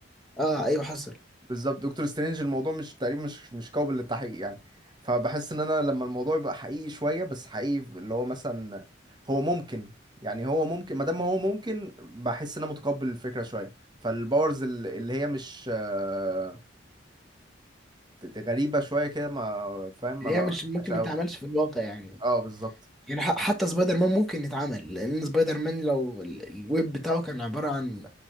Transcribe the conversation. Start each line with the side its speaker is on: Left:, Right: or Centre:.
Centre: اه ايوه حصل
Right: بالظبط دكتور سترينج الموضوع مش تقريبا مش مش قابل للتحقيق يعني فبحس ان انا لما الموضوع يبقى حقيقي شويه بس حقيقي اللي هو مثلا هو ممكن يعني هو ممكن ما دام هو ممكن بحس ان انا متقبل الفكره شويه فالباورز ال- اللي هي مش آه، غريبه شويه كده ما فاهم
Centre: اللي
Right: ما بقاش
Centre: هي مش ممكن
Right: قوي
Centre: ما تعملش في الواقع يعني
Right: اه بالظبط
Centre: يعني ح- حتى سبايدر مان ممكن يتعمل لان سبايدر مان لو ال- الويب بتاعه كان عبارة عن